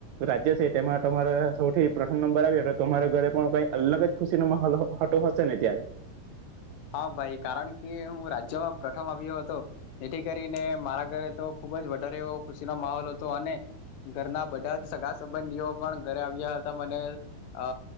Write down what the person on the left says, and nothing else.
હા ભાઈ કારણ કે હું રાજ્યમાં પ્રથમ આવ્યો હતો જેથી કરીને મારા ઘરે તો ખુબ જ વધારે એવો ખુશીનો માહોલ હતો અને ઘરના બધા સગા સંબંધીઓ પણ ઘરે આવ્યા હતા મને અ